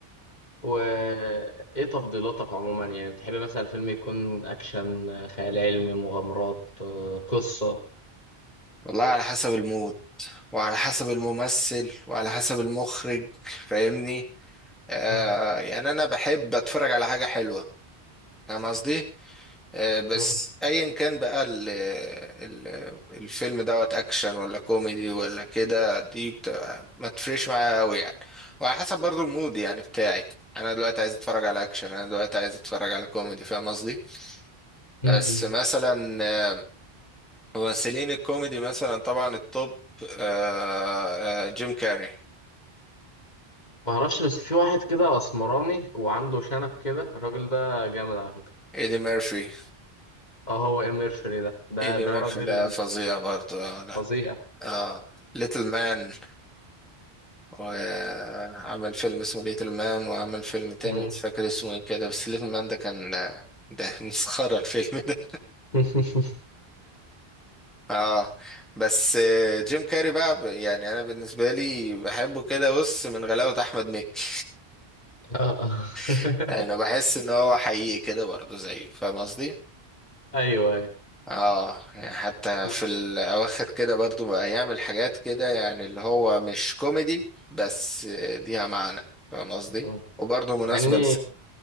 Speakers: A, on the left; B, in the centre.
A: وايه تفضيلاتك عموما يعني بتحب مثلا الفيلم يكون اكشن خيال علمي مغامرات آه، قصة
B: والله على حسب المود وعلى حسب الممثل وعلى حسب المخرج فاهمني آه
A: مم.
B: يعني أنا بحب أتفرج على حاجة حلوة فاهم قصدي؟ آه، بس
A: مم.
B: ايا كان بقى ال ال الفيلم دوت اكشن ولا كوميدي ولا كده دي بتبقى ما تفرقش معايا قوي يعني وعلى حسب برضو المود يعني بتاعي انا دلوقتي عايز اتفرج على اكشن انا دلوقتي عايز اتفرج على كوميدي فاهم قصدي
A: مم.
B: بس مثلا آه، ممثلين الكوميدي مثلا طبعا التوب آه، آه، جيم كاري
A: ما اعرفش بس في واحد كده اسمراني وعنده شنب كده الراجل ده جامد على فكرة
B: ايدي ميرفي
A: اه هو امير فري ده ده
B: ايدي ميرفي
A: ده راجل
B: ده فظيع برضو اه لا
A: فظيع
B: اه ليتل مان وعمل فيلم اسمه ليتل مان وعمل فيلم تاني
A: مم.
B: مش فاكر اسمه ايه كده بس ليتل مان ده كان ده <laughs> مسخرة الفيلم ده
A: <laughs>
B: اه بس آه، جيم كاري بقى ب- يعني انا بالنسبة لي بحبه كده بص من غلاوة احمد مكي
A: اه اه.
B: <laughs> انا بحس
A: <laughs>
B: ان هو حقيقي كده برضه زيه فاهم قصدي
A: ايوه ايوه
B: اه يعني حتى
A: مع
B: في الاواخر كده برضه بقى يعمل حاجات كده يعني اللي هو مش كوميدي بس آه، ليها معنى فاهم قصدي
A: مم.
B: وبرضه مناسبة
A: مع اني